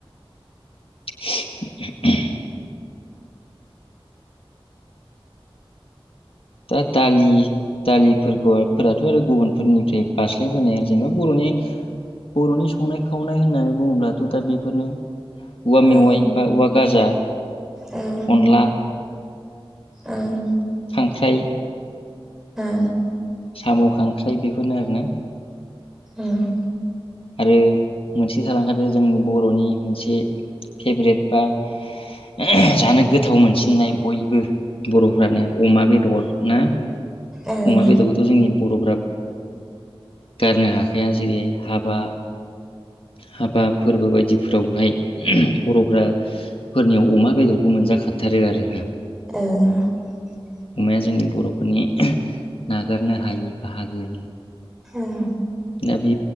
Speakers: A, on the left (about 70°); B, in the centre.
A: <unintelligible> दा दालि दालिफोरखौफोराथ' आरो गुबुनफोरनिफ्राय बारस्लायबोनाया जेनेबा बर'नि बर'नि संनाय खावनाय होननानै बुङोब्लाथ' दा बेफोरनो उवा मेवाय
B: ओं
A: बा उवा गाजा <inaudible>
B: ओं
A: अनला
B: ओं
A: खांख्राइ
B: हो
A: साम' खांख्राइ बेफोरनो आरोना
B: ओं
A: आरो मोनसे थालांखादो जोंनि बर'नि मोनसे फेभरेट बा ओ जानो गोथाव मोनसिननाय बयबो बर'फ्रानो अमा बेदर ना।
B: ओं
A: अमा बेदरखौथ' जोंनि बर'फ्रा गारनो हाखाया जेरैहाय हाबा हाबा फोरबो बायदिफोरावहाय बर'फ्रा फोरनियाव अमा बेदरखौ मोनजाखाथारो आरो
B: <unintelligible>
A: अमाया जोंनि बर'फोरनि नागारनो हायि बाहागो।
B: हुम
A: दा बे